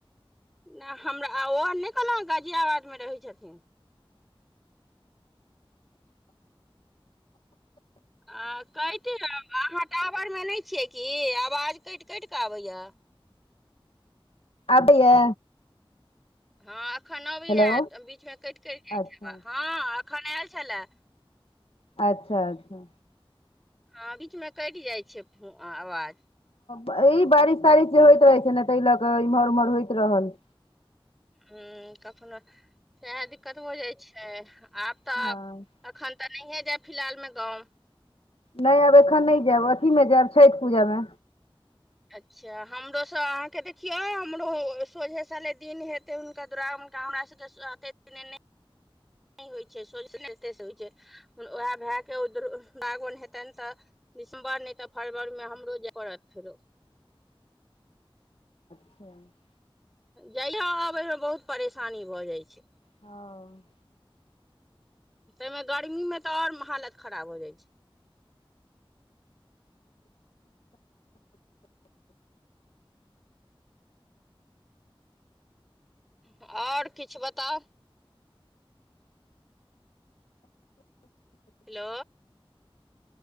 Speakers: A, in the centre; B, on the left.
A: नाअ हमरा आ ओ नै कहलहुँ गाजियाबादमे रहै छथिन। आ कैटे अहाँ टावरमे नै छियै कि आवाज कैट - कैट कऽ आबैइया।
B: आबैइये।
A: हँ अखन अबैये
B: हेलो
A: बीचमे कैट - कैट जाइ
B: अच्छा
A: छै आवाज ह एखन आयल छलए।
B: अच्छा - अच्छा।
A: ह बीच मे कैट जाइ छै आवाज।
B: ह ई बारिश - तारिश जे होइत रहै छै ने, तै लऽ क इम्हर - उम्हर होइत रहल।
A: हु कखनो सेहे दिक्कत हो जाइ छै, आब तऽ।
B: हँ
A: अखन तऽ नहिए जायब फिलहाल मे गाँव।
B: नहि आब एखन नहि जायब, अथीमे जायब छठि पूजामे।
A: अच्छा हमरोसँ अहाँके देखियौ हमरो सोझे साले दिन हेत। हेतै हुनका दुरागमन के हमरा सबके साते नै। नै होइ छै, सोझे से होइ छै उएह भए के दुरागमन हेतनि तऽ दिसम्बर नै तऽ फरवर में हमरो जै परत फेरो।
B: <unintelligible>
A: जाइए-आबए में बहुत परेशानी भऽ जाइ छै।
B: हँ।
A: तै में गर्मी में तऽ और हालत खराब हो जाइ छै। और किछ बताउ? हेलो।